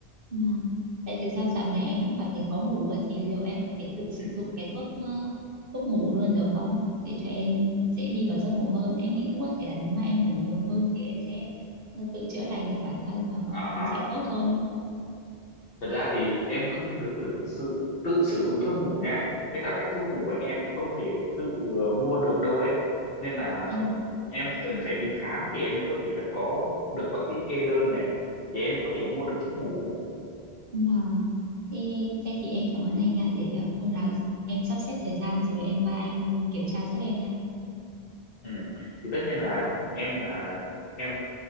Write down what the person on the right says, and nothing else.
ngon. Tại thực ra dạo này anh cũng cảm thấy khó ngủ á, thì liệu em có thể tự sử
dụng cái thuốc ờ, thuốc ngủ luôn được không? Để cho em dễ đi vào giấc ngủ hơn. Em nghĩ cũng có thể là nếu mà em ngủ nhiều hơn thì em sẽ ờ, tự chữa lành được bản thân và mọi
thứ sẽ tốt hơn.
À,
vâng. Thế, thế thì em cảm ơn anh nha. Để ờ, hôm nào em sắp xếp thời gian rồi em qua anh kiểm tra giúp em nha.